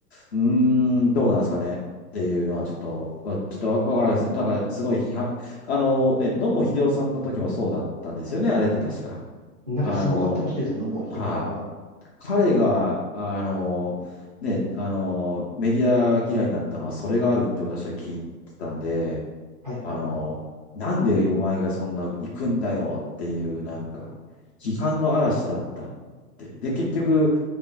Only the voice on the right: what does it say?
なんかすごかったらしいですね、
もう批判が。
はいはいはい。